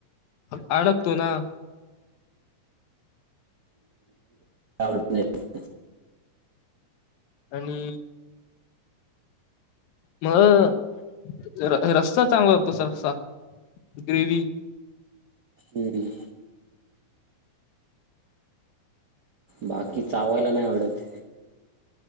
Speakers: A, on the left; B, on the right.
A: अडकतो ना.
B: अवडत नाहीत.
A: आणि मग र रस्ता चांगला वता तसा ग्रेवी
B: हम्म. बाकी चावायला नाही आवडत.